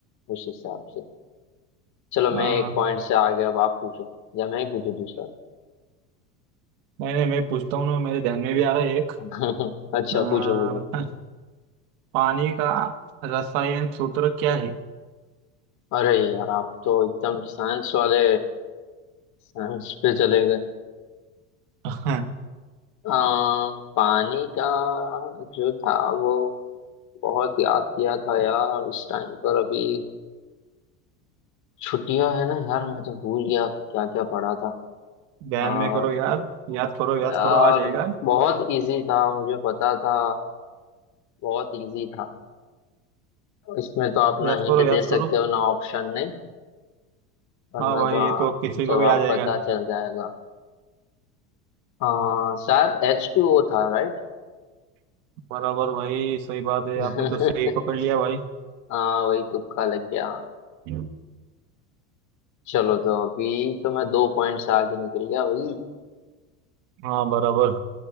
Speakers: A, on the left; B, on the right.
A: उस हिसाब से चलो मैं
B: हाँ
A: एक पॉइंट से आगे अब आप पूछो या मैं ही पूछू दूसरा
B: नहीं नहीं मैं पूछता हूँ ना मेरे ध्यान में भी आ रहा है एक
A: <laughs> अच्छा
B: आ,
A: पूछो पूछो
B: <laughs> पानी का रसायन सूत्र क्या है
A: अरे यार आप तो एकदम साइंस वाले साइंस पे चले गए
B: <laughs>
A: आ, पानी का जो था वो बहुत याद किया था यार उस टाइम पर अभी छुट्टियां है ना यार मैं तो भूल गया क्या क्या पढ़ा था
B: ध्यान
A: आ,
B: में करो याद याद करो याद
A: यार
B: करो आ जाएगा
A: बहुत इजी था मुझे पता था बहुत इजी था इसमें तो आप ना
B: याद
A: हिंट
B: करो
A: दे
B: याद
A: सकते
B: करो
A: हो ना ऑप्शन नहीं वरना
B: हाँ भाई
A: तो हाँ
B: ये तो किसी
A: जवाब
B: को भी आ जाएगा
A: पता चल जाएगा हाँ शायद एच टू ओ था राइट
B: बराबर भाई सही बात है
A: <laughs>
B: आपने तो सही पकड़ लिया भाई
A: हाँ वही तुक्का लग गया
B: हम्म।
A: चलो तो अभी तो मैं दो पॉइंट से आगे निकल गया वही
B: हाँ बराबर